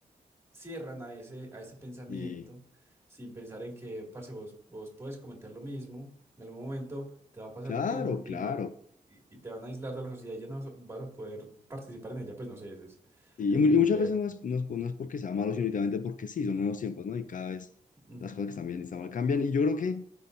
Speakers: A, on the right (about 15°); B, on the left (about 60°).
A: cierran a ese, a ese pensamiento
B: Y
A: sin pensar en que, parce, vos, vos puedes cometer lo mismo, en algún momento te va a pasar
B: claro,
A: lo mismo
B: claro.
A: y no... Y y te van a aislar de la sociedad y ya no vas a vas a poder participar en ella, pues no sé, es, es
B: Y,
A: es
B: y mu-
A: muy
B: y
A: complejo.
B: muchas veces no es, no es, no es porque sea malo, sino únicamente porque sí, son nuevos tiempos, ¿no? Y cada vez
A: Ujú.
B: las cosas que están bien y están mal cambian. Y yo creo que,